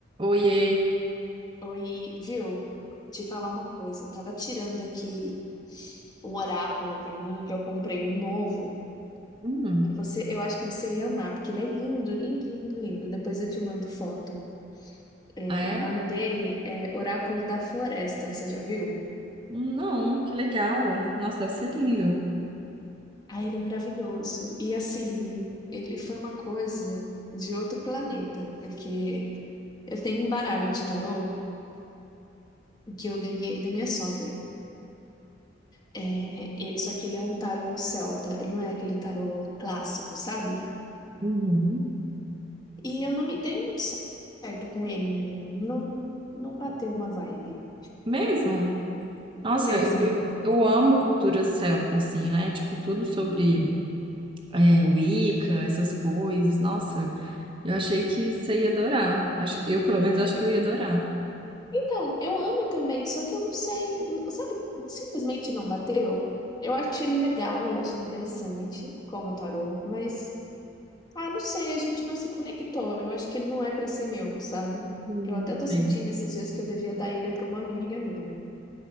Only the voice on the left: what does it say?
Oi, viu? Te falar uma coisa. Eu tava tirando aqui um oráculo pra mim, que eu comprei um novo.
E Você, eu acho que você ia amar, porque ele é lindo, lindo, lindo, lindo. Depois eu te mando foto. É,
o nome dele é Oráculo da Floresta, você já viu?
Ah, ele é maravilhoso. E assim, ele foi uma coisa de outro planeta, porque eu tenho um baralho de tarô que eu ganhei da minha sogra. É, ele- só que ele é um tarô celta, ele não é aquele tarô clássico, sabe?
E eu não me dei muito certo com ele, menina. Não, não bateu uma vibe
mesmo.
Então, eu amo também, só que eu não sei, n- sabe? Simplesmente não bateu. Eu acho ele legal, eu acho ele interessante como tarô, mas, ah, não sei, a gente não se conectou. Eu acho que ele não é pra ser meu, sabe?
Eu até tô
sentindo esses dias que eu devia dar ele pra uma amiga minha.